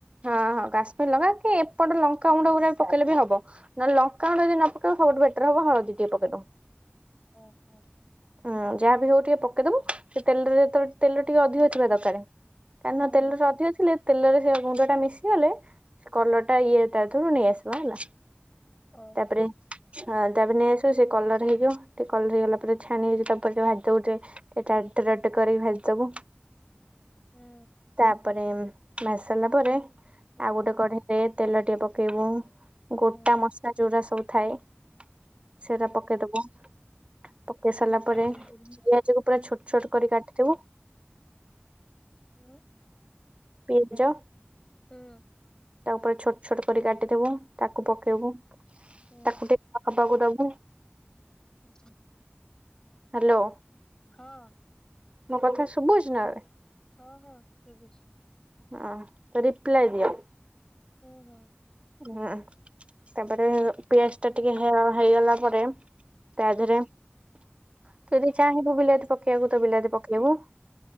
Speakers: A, on the right; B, on the left.
A: ହଁ ହଁ, କାଶ୍ମୀର ଲଙ୍କା କି ଏପଟେ ଲଙ୍କାଗୁଣ୍ଡ, ପକେଇଲେ ବି ହବ। ମାନେ ଲଙ୍କାଗୁଣ୍ଡ ଯଦି ନଅ ପେକେଇବ, ବହୁତ ବେଟର୍ ହବ, ହଳଦୀ ଟିକେ ପକେଇଦବ।
B: ଓହୋ।
A: ଉଁ ଯାହା ବିି ହେଉ, ଟିକେ ପକେଇଦବ, ସେ ତେଲରେ ତେଲ ଟିକେ ଅଧିକ ଥିବା ଦରକାରେ। କାହିଁ
B: ହୁଁ
A: ନା ତେଲରେ ଅଧିକ ଥିଲେ ତେଲରେ ସେ ମୁଣ୍ଡ ଟା ମିଶିଗଲେ, କଲରଟା ଇଏ ତା ଧିଏରୁ ନେଇଆସିବା ହେଲା।
B: ଓହୋ
A: ତାପରେ ହଁ ତାପ୍ନେ ସେ କଲର ହେଇଯିବ ଟିକେ କଲର ହେଇଗଲା ପରେ ଛାଣି <unintelligible> ଭାଜିଦବ
B: ହୁଁ
A: ତାପରେ ମାଜି ସାରିଲା ପରେ,
B: ହୁଁ
A: ଆଉ ଗୋଟେ କଢ଼େଇ। ତେଲ ଟିକିଏ ପକେଇବ,
B: ହୁଁ
A: ଗୋଟା ମସଲା ଜଉଟା ସବୁ ଥାଏ। ସେଇଟା ପକେଇଦବ। ପକେଇ ସାରିଲା ପରେ,
B: ହୁଁ
A: ପିଆଜ କୁ ପୁରା ଛୋଟ ଛୋଟ କରି କାଟିଥିବ।
B: ଉଁ।
A: ପିଜ।
B: ହୁଁ
A: ତାପରେ ଛୋଟ ଛୋଟ କରି କାଟିଥବ ତାକୁ ପକେଇବ।
B: ହୁଁ
A: ତାକୁ ଟିକେ ପକେଇଦବ ତାକୁ।
B: <unintelligible>
A: ହ୍ୟାଲୋ।
B: ହଁ।
A: ମୋ କଥା ଶୁଭୁଛି ନା?
B: ହଁ ହଁ ଶୁଭୁଛି
A: ହଁ ତ ରିପ୍ଲାଏ ଦିଅ
B: ହୁଁ ହୁଁ
A: ହୁଁ ତାପରେ ପିଆଜ ଟା ଟିକେ ହେଇଗଲା ପରେ ତା
B: ହଁ
A: ଦିରେ ତୁ ଯଦି ଚାହିଁବୁ ବିଲାତି ପକେଇବାକୁ ତ ବିଲାତି ପକେଇବୁ